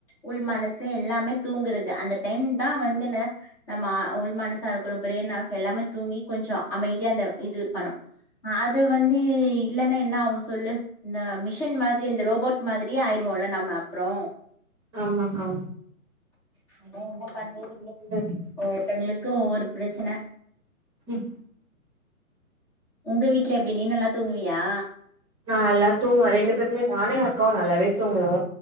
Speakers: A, on the left; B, on the right.
A: உள் மனசு எல்லாமே தூங்குறது அந்த டைம் தா வந்துனு நம்ம ஆ உள் மனசா இருக்கணு பிரெயினா இருக்க எல்லாமே தூங்கி கொஞ்ச அமைதியா இந்த இது பண்ணு ஆ அது வந்து இல்லன்னா என்ன ஆவு சொல்லு இந்த மிஷின் மாதிரி இந்த ரோபோட் மாதிரியே ஆயிருவோல்ல நம்ம அப்புறோ
B: ஆமாக்கா
A: சும்மா என்ன பண்றதுக்கு
B: அந்த
A: ஒவ்வொருத்தங்களுக்கு ஒவ்வொரு பிரச்சன
B: ம்
A: உங்க வீட்ல எப்டி நீ நல்லா தூங்குவியா
B: நான் நல்லா தூங்குவேன் ரெண்டு பேருமே நானு என் அக்காவும் நல்லாவே தூங்குவோ